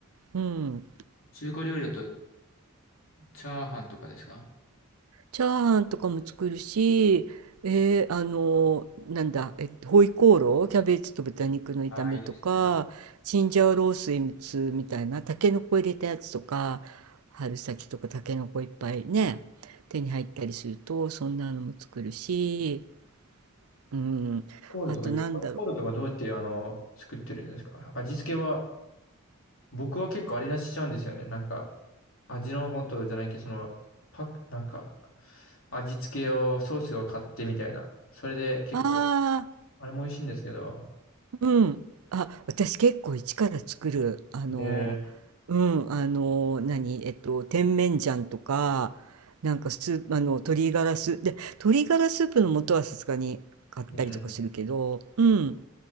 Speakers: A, on the right (about 85°); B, on the left (about 65°).
A: うん。
B: 中華料理だと、チャーハンとかですか
A: チャーハンとかも作るし、えーあのなんだ、えっと、ホイコーロー、キャベツと豚肉の炒めとか、
B: ああー、いいですね。
A: チンジャオロースーツみたいな、タケノコ入れたやつとか、春先とかタケノコいっぱいね、手に入ったりすると、そんなのも作るし、うん、
B: コールとか、
A: あとなんだろ
B: コールとかどうやって、あの、作ってるんですか味付けは僕は結構あれなしちゃうんですよね。なんか、味の素じゃないけど、その、パック、なんか、味付けを、ソースを買ってみたいな。それで結構、
A: う。ああ、
B: あれも美味しいんですけど。
A: うん。あ、私結構一から作る。あの、
B: ええ
A: うん、あの、何、えっと、甜麺醤とか、なんかスープ、あの、鶏ガラスープ、で、鶏ガラスープの素はさすがに買ったりとかするけど、
B: うん
A: うん。